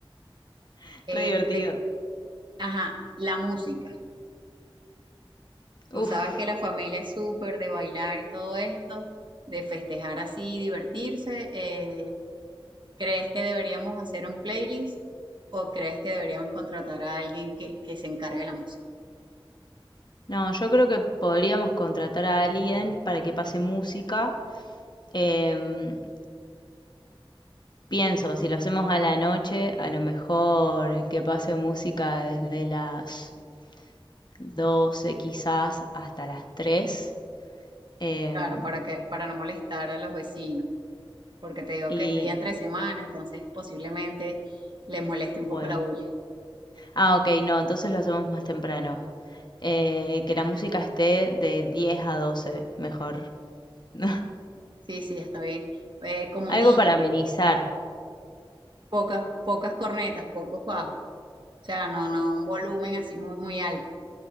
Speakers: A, on the left (about 50°); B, on the right (about 55°).
A: <laughs>
B: Este,
A: Re divertido.
B: ajá, la música. Tú
A: Uf.
B: sabes que la familia es súper de bailar y todo esto, de festejar así, divertirse. eh, ¿crees que deberíamos hacer un playlist o crees que deberíamos contratar a alguien que, que se encargue de la música?
A: No, yo creo que podríamos contratar a alguien para que pase música. em, Pienso, si lo hacemos a la noche, a lo mejor que pase música desde las 12 quizás hasta las 3 em,
B: Claro, para que, para no molestar a los vecinos, porque te digo
A: y
B: que es día entre semana, entonces posiblemente les moleste
A: bueno,
B: un poco la bulla.
A: ah, ok, no, entonces lo hacemos más temprano. Eh, que la música esté de 10 a 12 mejor. <laughs>
B: Sí, sí, está bien. Eh, como un
A: Algo
B: DJ.
A: para amenizar.
B: pocas, pocas cornetas, pocos bajos. O sea, no, no, un volumen así muy, muy alto.